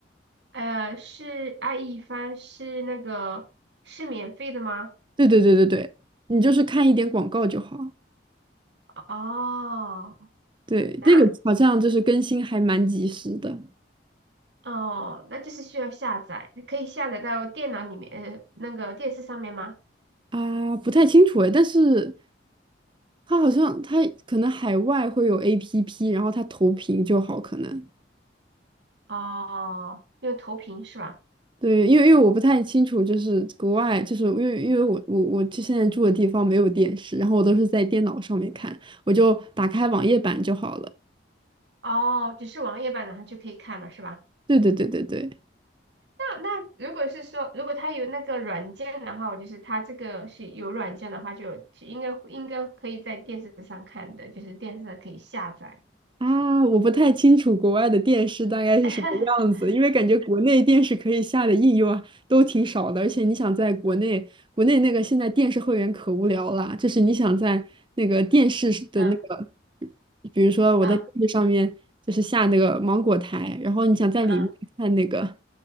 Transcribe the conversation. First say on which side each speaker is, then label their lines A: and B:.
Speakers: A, on the right; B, on the right.
A: 呃，是爱一帆是那个是免费的吗？
B: 对对对对对，你就是看一点广告就好。
A: 哦，
B: 对，
A: 那
B: 这个好像就是更新还蛮及时的
A: 哦，那就是需要下载，可以下载到电脑里面，呃，那个电视上面吗？
B: 啊，不太清楚哎，但是它好像它可能海外会有 APP，然后它投屏就好，可能。
A: 哦，用投屏是吧？
B: 对，因为因为我不太清楚，就是国外，就是因为因为我我我就现在住的地方没有电视，然后我都是在电脑上面看，我就打开网页版就好了。
A: 哦，只是网页版然后就可以看了是吧？
B: 对对对对对，
A: 那如果是说，如果它有那个软件的话，我就是它这个是有软件的话就，就应该应该可以在电视上看的，就是电视上可以下载。
B: 啊，我不太清楚国外的电视大概是什么样子，
A: <laughs>
B: 因为感觉国内电视可以下的应用啊都挺少的，而且你想在国内，国内那个现在电视会员可无聊了，就是你想在那个电视是的那个，
A: 嗯
B: 比如说我在电视上面就是下那个芒果台，
A: 啊
B: 然后你想在里面看那个
A: 啊